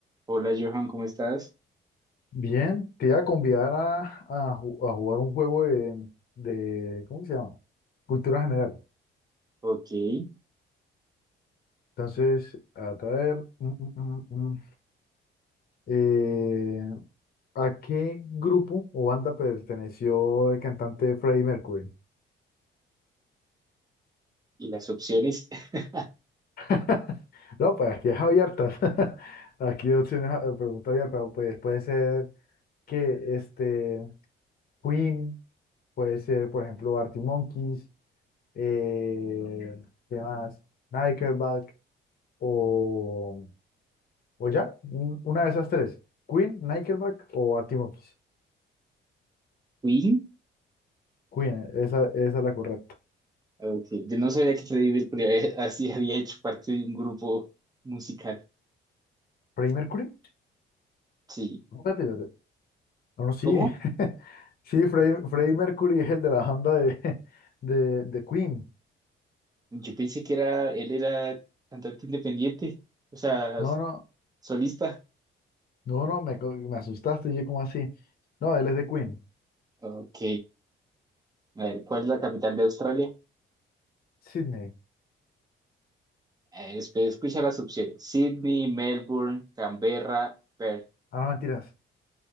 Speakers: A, on the right; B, on the left.
A: Hola Johan, ¿cómo estás?
B: Bien, te iba a convidar a, a ju- a jugar un juego de, de- ¿cómo que se llama? Cultura general.
A: Ok, y
B: Entonces, a traer, mm, mm, mm, mm, eh, ¿a qué grupo o banda perteneció el cantante Freddie Mercury?
A: las opciones, <laughs>
B: <laughs> No, pues aquí es abiertas. <laughs> Aquí opciones, a- pregunta abierta. Pues puede ser que este Queen, puede ser, por ejemplo, Arctic Monkeys, eh, ¿qué más? Nickelback. o, o ya, un- una de esas tres, Queen, Nickelback o Arctic Monkeys.
A: Queen,
B: Queen, esa, esa es la correcta.
A: ok, yo no sabía que Freddie Mercury había- <laughs> así había hecho parte de un grupo musical,
B: ¿Freddie Mercury?
A: sí,
B: No, espérate, espérate. No, no, sí,
A: ¿cómo?
B: <laughs> sí, Freddie, Freddie Mercury es el de la banda de, <laughs> de, de Queen.
A: Yo pensé que era, él era cantante independiente, o sea,
B: No, no,
A: solista,
B: no, no, me, co- me asustaste y yo como así. No, él es de Queen,
A: ok, a ver, ¿cuál es la capital de Australia?
B: Sydney.
A: Eh, espe- escucha las opciones, Sydney, Melbourne, Canberra, Perth,
B: Ah, no, mentiras.